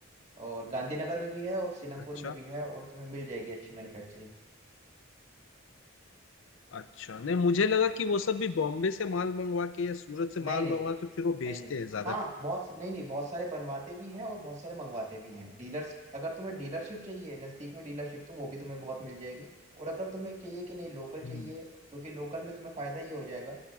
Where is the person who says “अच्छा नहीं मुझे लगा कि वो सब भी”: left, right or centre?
Left